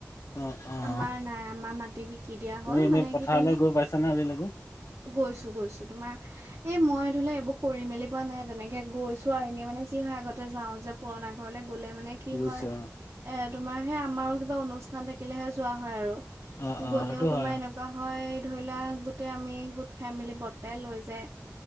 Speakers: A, on the left; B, on the right.
A: অ', অ'।
B: আমাৰ নাই। আমাৰ মাটি বিকি দিয়া
A: তুমি
B: হ'ল।
A: এনেই
B: মানে
A: পথাৰলৈ
B: কি তোমাৰ
A: গৈ পাইছা নে আজিলৈকে?
B: গৈছো, গৈছো তোমাৰ। এ মই ধৰি লোৱা এইবোৰ কৰি মেলি পোৱা নাই তেনেকে গৈছো, আৰু এনেই মানে যি হয় আগতে যাওঁ যে পুৰণা ঘৰলৈ। গ'লে মানে কি
A: বুজিছোঁ
B: হয়, এ তোমাৰ সেই আমাৰো কিবা অনুষ্ঠান থাকিলেহে যোৱা হয় আৰু।
A: অ', অ', অ',
B: গ'লেও
A: সেইটো
B: তোমাৰ
A: হয়
B: এনেকুৱা হয় ধৰি লোৱা। গোটেই আমি গোট খাই মেলি বৰ্তাই লৈ যায়।